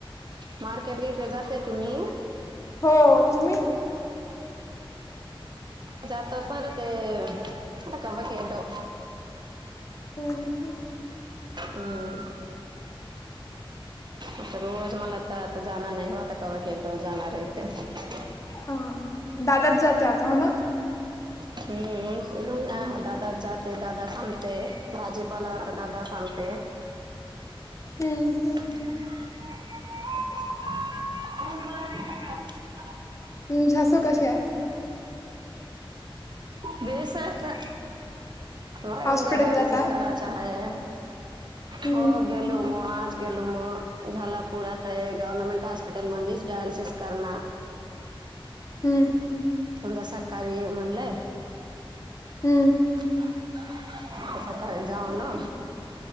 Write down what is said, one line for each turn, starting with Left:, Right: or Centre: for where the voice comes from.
Right: मार्केट <unintelligible> जाता तुम्ही
Left: हो तुम्ही
Right: जातो पर ते <unintelligible>
Left: हूं ह
Right: अम्म आता रोज मला त जाण नाय होत आता कवा क एकदा जाणार ये. <inaudible>
Left: हा दादाच जात आता हो ना
Right: हम्म <unintelligible> दादा जात दादाचं आणतय भाजू पाला आता दादाचं आणतंय.
Left: हम्म हम्
Right: <unintelligible>
Left: हम्म, झासू कशी आय?
Right: बेस हाय आता हा
Left: हॉस्पिटल
Right: उंद्या डायलसिस
Left: जाताय
Right: कराचा हाय,
Left: हम्म
Right: हो गेलो म आज गेलो हो झाला पुरा आता गव्हर्नमेंट हॉस्पिटल मंधीच डायलिसिस करणार
Left: हूं
Right: उंद्या सकाळी य म्हणलं
Left: हूं
Right: <unintelligible> सकाळी जाऊ न